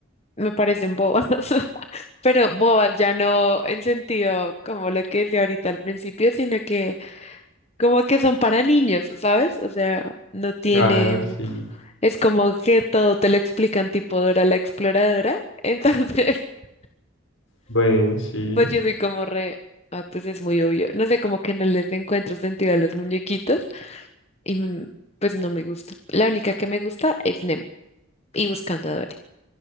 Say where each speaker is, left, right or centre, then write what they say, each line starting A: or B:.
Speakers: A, on the left (about 30°); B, on the left (about 70°).
A: me parecen bobas. <laughs> Pero bobas ya no en sentido como lo que decía ahorita al principio, sino que como que son para niños, ¿sabes? O sea, no tienen,
B: Ah, sí,
A: es como que todo te lo explican tipo Dora la Exploradora. Entonces, <laughs>
B: bueno, sí,
A: pues yo soy como re, ah, pues es muy obvio. No sé, como que no les encuentro sentido a los muñequitos y mm, pues no me gusta. La única que me gusta es Nemo y Buscando a Dory.